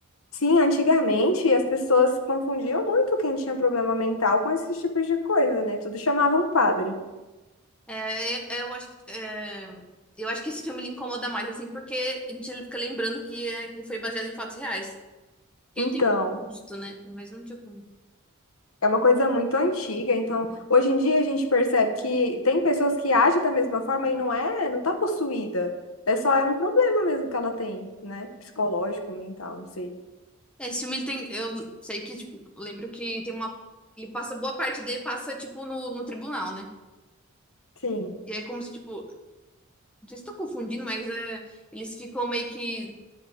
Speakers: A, on the left (about 80°); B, in the centre.
A: sim, antigamente as pessoas confundiam muito quem tinha problema mental com esses tipos de coisa, né? Tudo chamava um padre.
B: É, é- eu acho que é, eu acho que esse filme ele incomoda mais assim, porque a gente fica lembrando que, é, que ele foi baseado em fatos reais. Porque
A: Então,
B: ele tem muito custo, né? Mas não tinha como.
A: É uma coisa muito antiga, então hoje em dia a gente percebe que tem pessoas que agem da mesma forma e não é, não tá possuída. É só é um problema mesmo que ela tem, né? Psicológico, mental, não sei.
B: É, Esse filme ele tem, eu sei que tipo, eu lembro que tem uma, ele passa boa parte dele passa tipo no, no tribunal, né?
A: Sim,
B: E é como se tipo, não sei se estou confundindo, mas é, eles ficam meio que